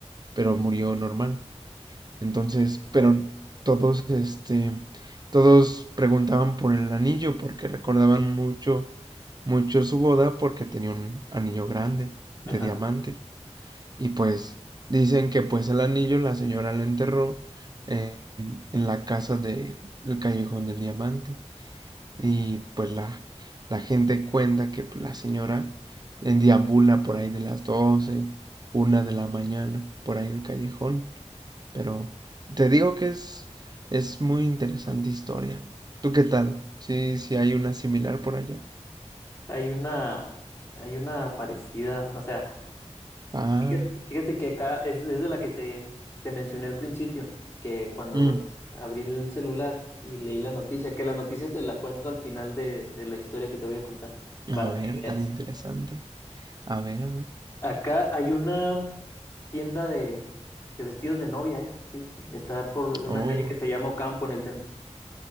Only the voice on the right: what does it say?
pero murió normal. Entonces, pero todos, este, todos preguntaban por el anillo porque recordaban mucho, mucho su boda porque tenía un anillo grande de
diamante. Y pues dicen que pues el anillo la señora lo enterró en, en la casa del el callejón del diamante. Y pues la, la gente cuenta que pues, la señora en- deambula por ahí de las 12 una de la mañana, por ahí el callejón. Pero te digo que es, es muy interesante historia. ¿Tú qué tal? Sí, sí hay una similar por allá.
Ah,
mm,
a ver,
tan interesante. A ver, a ver.
Oh,